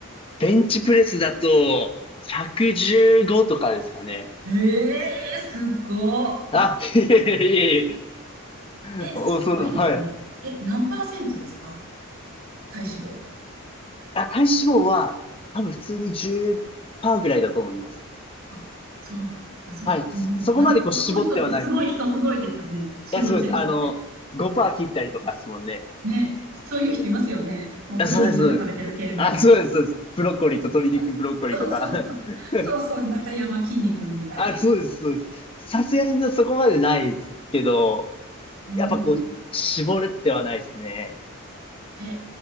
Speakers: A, on the left; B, on the right.
A: ベンチプレスだと、115とかですかね。
B: ええー、すごっ。
A: あ、<laughs> いえいえいえ。
B: え、
A: お、
B: すごいですね。
A: そう、はい。
B: え、何パーセントですか体脂肪。
A: あ、体脂肪は、多分普通に10%ぐらいだと思います。
B: あ、そうなんだ。あ、そう。
A: はい。そ、
B: もう、
A: そこまでこう絞ってはない。
B: なんか男の人ってすごい人すごいですよね。
A: い
B: 絞ってる人って。
A: や、そうです。あの、5%切ったりとかですもんね。
B: ね。そういう人いますよね。もう鶏肉ばっか食べてる系の。
A: あ、そうです、そうです。あ、そうです、そうです。ブロッコリーと鶏肉ブロッコリーとか。
B: <laughs> そうそうそう。
A: <laughs>
B: そうそう。中山きんに君みたいな。
A: あ、そうです、そうです。さすがにそこまでないですけど、
B: うん。
A: やっぱこう、絞れてはないですね。
B: へ